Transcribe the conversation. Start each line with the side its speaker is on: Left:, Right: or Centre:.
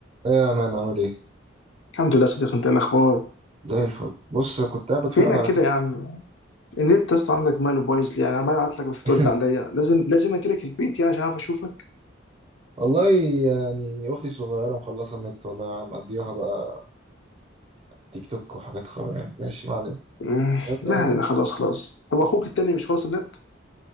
Right: ايه يا مان عامل ايه
Left: الحمد لله صديق انت ايه الاخبار
Right: زي الفل بص كنت قاعد بتفرج
Left: فينك
Right: على
Left: كده
Right: تيك
Left: يا
Right: توك
Left: عم النت اصلا عندك ماله بايظ لي يعني عمال ابعت لك مش بترد
Right: <laughs>
Left: عليا لازم لازم اجي لك البيت يعني عشان اعرف اشوفك
Right: والله يعني اختي الصغيره مخلصه النت والله يعني مقضيها بقى تيك توك وحاجات خرا يعني ماشي ما علينا
Left: مم،
Right: المهم
Left: لا
Right: يعني
Left: لا خلاص خلاص هو اخوك التاني مش خلاص النت